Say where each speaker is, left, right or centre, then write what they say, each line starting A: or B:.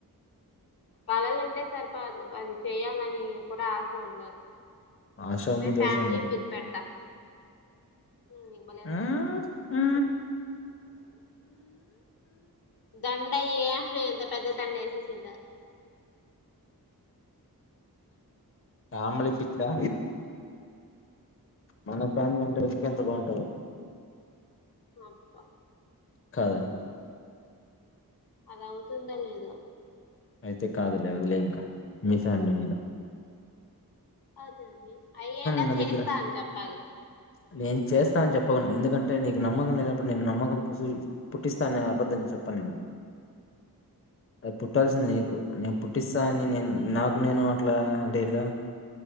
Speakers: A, on the left; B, on the left.
A: కళలుంటే సరిపాదు అది చెయాలని కూడా ఆశ ఉండాలి
B: ఆశ ఉంది
A: నా
B: దేష
A: ఫ్యామిలీ
B: ఉంది
A: పిక్ పెడతా నీకు భలే
B: ఆ
A: ఉంది
B: ఆ
A: దండ అయ్యా ఎంత పెద్ద దండ వేసేసింద
B: ఫ్యామిలీ పిక్కా మన ఫ్యామిలీ అంటే ఇంక ఎంత బాగుంటదొ
A: అబా
B: కాదా
A: అలా అవుతుందా లేదా
B: అయితే కాదులే వదిలేయ్ ఇంక మిస్ మిలి నేను
A: అ అయ్యేలా
B: ఉన్న
A: చేస్తా
B: దగ్గర
A: అని చెప్పాలి
B: నేను చేస్తా అన్ చెప్పన్ ఎందుకంటే నీకు నమ్మకం లేనప్పుడు నేను నమ్మకం పోసిడి పుట్టిస్. అబద్ధం చెప్పం నేను అది పుట్టాల్సింది నీకు నేను పుట్టిస్తా అని నేను నాకు నేను అట్లా అంటే ఇట్లా